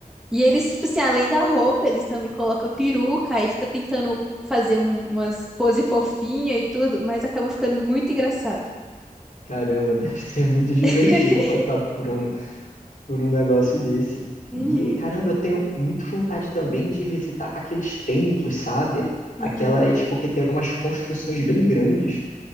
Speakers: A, in the centre; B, on the left (about 60°).
A: E eles, tipo assim, além da roupa, eles também colocam peruca e fica tentando fazer um- umas pose fofinha e tudo, mas acaba ficando muito engraçado.
B: Caramba, <laughs> deve ser muito divertido
A: <laughs>
B: passar por um, por um negócio desse.
A: Uhum,
B: E caramba, eu tenho muita vontade também de visitar aqueles templos, sabe?
A: sim.
B: Aquelas, porque tem umas construções bem grandes.